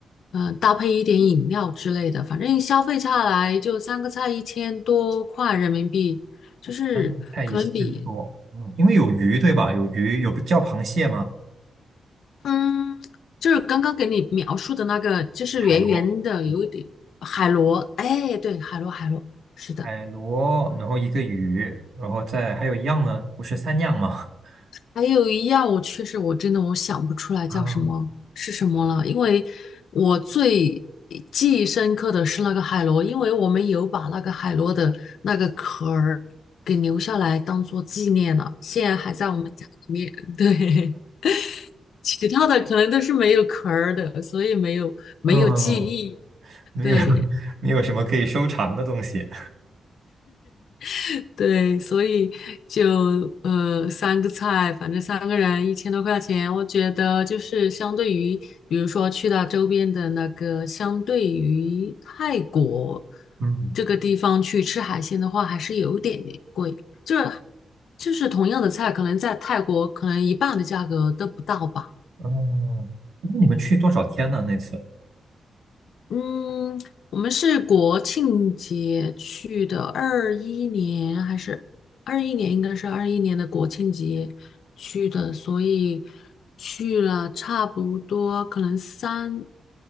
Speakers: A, on the left (about 75°); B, on the right (about 60°).
A: 嗯、搭配一点饮料之类的。反正消费下来就三个菜一千多块人民币，就是可能比
B: 三菜一鲜多，嗯，因为有鱼，对吧？有鱼，有叫螃蟹吗？
A: 嗯，就是刚刚给你描述的那个，就是圆圆的，
B: 海螺，
A: 有一点海螺。哎，对，海螺，海螺，是的。
B: 海螺，然后一个鱼，然后再还有一样呢，不是三样吗？<laughs>
A: 还有一样，我确实我真的我想不出来叫什么是什么了，
B: 啊，
A: 因为我最记忆深刻的是那个海螺，因为我们有把那个海螺的那个壳儿给留下来当做纪念了，现在还在我们家里面。对，<laughs> 其他的可能都是没有壳儿的，所以没有没有记忆。
B: 嗯，没有
A: 对。
B: <laughs> 没有什么可以收藏的东西。
A: <laughs> 对，所以就呃三个菜，反正三个人一千多块钱，我觉得就是相对于，比如说去到周边的那个，相对于泰国
B: 嗯，
A: 这个地方去吃海鲜的话，还是有点点贵，就是就是同样的菜，可能在泰国可能一半的价格都不到吧。
B: 哦，那你们去多少天呢？那次
A: 嗯，我们是国庆节去的，二一年还是二一年？应该是二一年的国庆节去的，所以去了差不多可能三